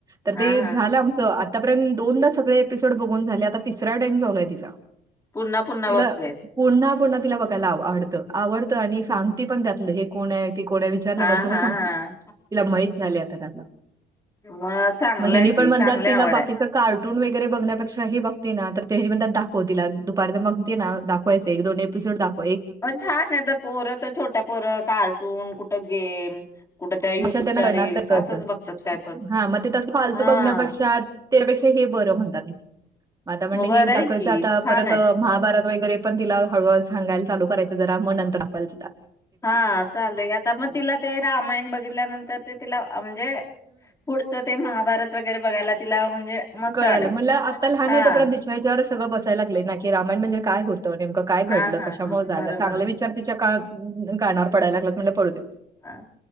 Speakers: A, on the right (about 20°); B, on the left (about 20°).
A: तर
B: हा
A: ते
B: हा
A: झालं आमच आत्तापर्यंत दोनदा सगळे एपिसोड बघून झाले आता तिसरा टाइम चालू आहे तिचा.
B: पुन्हा पुन्हा
A: तिला
B: बघतेस.
A: पुन्हा पुन्हा तिला बघायला आव आवड आवडत आणि सांगतीपण त्यातलं हे कोण आहे ते कोण आहे विचारलं
B: हा
A: ना सगळं
B: हा
A: सांगती.
B: हा.
A: तिला माहित झाले आता त्यातल.
B: मग चांगलंय
A: मग ह्यांनी
B: की
A: पण म्हणतात
B: चांगली
A: तिला
B: आवड
A: बाकीच
B: आहे.
A: कार्टून वगैरे बघण्यापरी त हि बघते ना तर हे म्हणतात, दाखव तिला दुपारण मग- दाखवायच एक-दोन एपिसोड दाख
B: अ छान आहे तर पोरं तर छोट्या पोरं कार्टून कुठं गेम कुठं त्या युट्यूबच्या
A: अशा त्यांना करणार
B: रील्स
A: तर कसं
B: असंच बघतात काय पण
A: हा मग ते तस फालतू
B: हा.
A: बघण्यापेक्षा त्यापेक्षा हे बरं म्हणतात आता म्हणलं
B: मग बरं
A: हे एक
B: आहे
A: दाखवायचं
B: की
A: आता
B: छान
A: परत
B: आहे
A: महाभारत व- वगैर पण ति हळूहळू सांगायला चालू करायचं जरा मग नंतर आपण-
B: हा चालतंय आता म तिला ते रामायण बघितल्यानंतर ते तिला आवड म्हणजे पुढचं ते महा भारत वगैरे बघायला. तिला म्हणजे मस्त
A: कळाल
B: वाटेल.
A: म्हणलं आता लहान
B: हा.
A: आहे तोपर्यंत तिच्या याच्यावरछ सगळं बसायला लागले ना की रामायण म्हणजे काय होत? नेमकं काय घडलं
B: हा हा
A: कशामुळे झाला
B: बरोबर
A: चांगले विचार तिच्या कान कानावर पडायला लागलेत म्हणलं पडू दे.
B: हा.